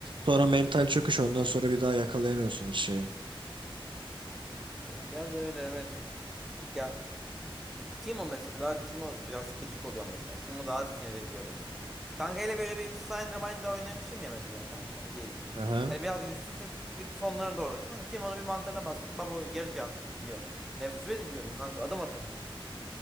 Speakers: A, on the right; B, in the centre.
A: Sonra mental çöküş. Ondan sonra bir daha yakalayamıyorsun hiç şeyi.
B: Ya biraz öyle evet. Ya Timo mesela Timo biraz gıcık oluyor mesela. Timo daha sinir ediyor beni. Kankayla böyle bir Syndra Mind'da oynamışım ya mesela kanka diyelim.
A: Aha.
B: Hani biraz güçsüzsün sonlara doğru. Kanka Timo'nun bir mantarına bastın. Baba yarı can yiyor. Nefret ediyorum kanka adım atamıyorum.